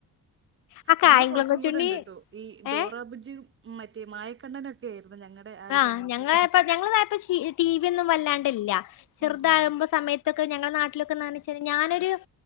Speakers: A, on the left; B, on the right.
A: ആ കായംകുളം
B: ഞങ്ങള് കൊറച്ചും
A: കൊച്ചുണ്ണി
B: കൂടെ ഉണ്ട്ട്ടോ ഈ ഡോറബുജി
A: ഏ
B: മറ്റേ മായക്കണ്ണനൊക്കെ ആയിരുന്നു ഞങ്ങടെ ഒരു
A: ആ
B: സമയത്ത്
A: ഞങ്ങളായപ്പം ഞങ്ങളതായപ്പെ ടി വി ഒന്നും വല്ലാണ്ടല്ല ചെറുതാകുമ്പോ
B: ഉം ഉം
A: സമയ ത്തൊക്കെ ഞങ്ങളെ നാട്ടിലൊക്കെ എന്താന്നുവെച്ചാല് ഞാൻ ഒരു